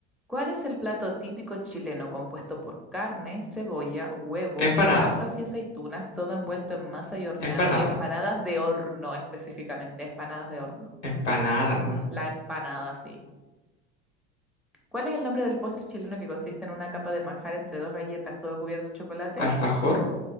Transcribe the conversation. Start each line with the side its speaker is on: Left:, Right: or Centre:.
Centre: ¿cuál es el plato típico chileno compuesto por carne, cebolla, huevo,
Left: Empanada,
Centre: pasas y aceitunas, todo envuelto en masa y horneado?
Left: empanada,
Centre: Empanadas de horno, específicamente, empanadas de horno.
Left: empanada nomás.
Centre: La empanada, sí. ¿Cuál es el nombre del postre chileno que consiste en una capa de manjar entre dos galletas, todo cubierto de chocolate?
Left: Alfajor,